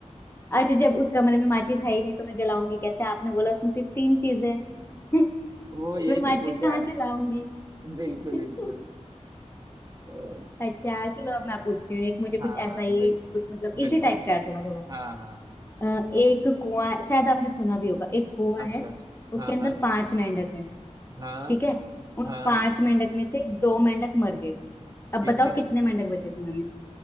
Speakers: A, on the left (about 20°); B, on the right (about 30°).
A: अच्छा जब उस कमरे में माचिस है ही नहीं तो मैं जलाऊंगी कैसे आपने बोला उसमें सिर्फ तीन चीजें हैं <laughs>
B: वो यही
A: मैं माचिस
B: तो पूछा
A: कहाँ से लाऊंगी
B: बिल्कुल
A: <laughs>
B: बिल्कुल तो
A: अच्छा चलो अब मैं पूछती हूँ एक मुझे कुछ
B: हाँ हाँ
A: ऐसा ही
B: बिल,
A: कुछ मतलब इसी
B: बिल्कुल
A: टाइप
B: बिल्कुल
A: का है थोड़ा थोड़ा
B: हाँ हाँ हाँ
A: अ, एक कुआं है शायद आपने सुना भी होगा एक कुआं
B: अच्छा
A: है उसके
B: हाँ
A: अंदर
B: हाँ
A: पांच मेंढक हैं
B: हाँ
A: ठीक है उन
B: हाँ
A: पांच मेंढक में से दो मेंढक मर गए अब
B: ठीक
A: बताओ
B: है
A: कितने मेंढक बचे कुएं में